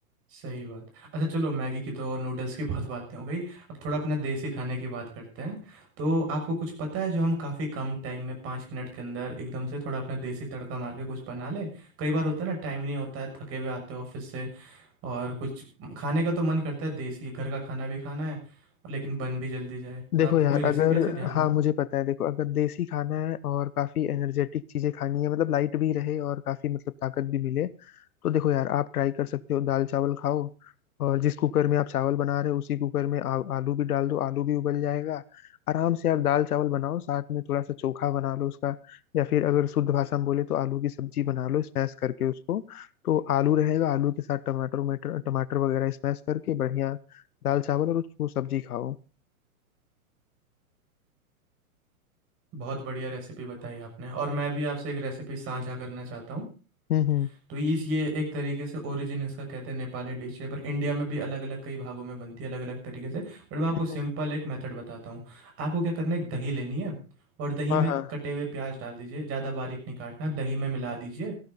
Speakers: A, on the right; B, on the left.
A: सही बात अच्छा चलो मैगी की तो और नूडल्स की <laughs> बहुत बातें हो गई अब थोड़ा अपना देसी खाने की बात करते हैं तो आपको कुछ पता है जो हम काफ़ी कम टाइम में पाँच मिनट के अंदर एकदम से थोड़ा अपना देसी तड़का मार के कुछ बना लें कई बार होता है ना टाइम नहीं होता है थके हुए आते हो ऑफिस से और कुछ खाने का तो मन करता है देसी घर का खाना भी खाना है लेकिन बन भी जल्दी जाए
B: देखो
A: तो आपकी
B: यार
A: कोई रेसिपी
B: अगर
A: है ऐसे ध्यान में
B: हाँ मुझे पता है देखो अगर देसी खाना है और काफी एनर्जेटिक चीजें खानी है मतलब लाइट भी रहे और काफी मतलब ताकत भी मिले तो देखो यार आप ट्राई कर सकते हो दाल चावल खाओ और जिस कुकर में आप चावल बना रहे हो उसी कुकर में आ, आलू भी डाल दो आलू भी उबल जाएगा आराम से आप दाल चावल बनाओ साथ में थोड़ा सा चोखा बना लो उसका या फिर अगर शुद्ध भाषा में बोले तो आलू की सब्जी बना लो स्मैश करके उसको तो आलू रहेगा आलू के साथ टमाटर टमाटर टमाटर वगैरह स्मैश करके बढ़िया दाल चावल और उस- वो सब्जी खाओ
A: बहुत बढ़िया रेसिपी बताई आपने और मैं भी आपसे एक रेसिपी साझा करना चाहता हूँ
B: हम्म हम्म
A: तो इस ये एक तरीके से ओरिजिन इसका कहते हैं नेपाली डिश है पर इंडिया में भी अलग अलग कई भागों में बनती है अलग अलग तरीके से बट मैं आपको
B: हम्म।
A: सिंपल एक मेथड बताता हूँ आपको क्या करना है एक दही लेनी है और दही
B: हाँ
A: में
B: हाँ
A: कटे हुए प्याज डाल दीजिए ज़्यादा बारीक नहीं काटना दही में मिला दीजिए